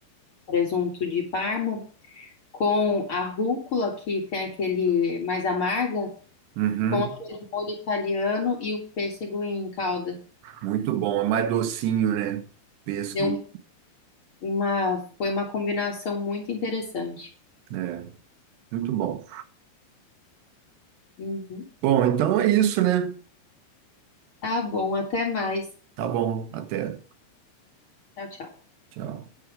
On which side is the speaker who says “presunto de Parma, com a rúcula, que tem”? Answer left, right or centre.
Left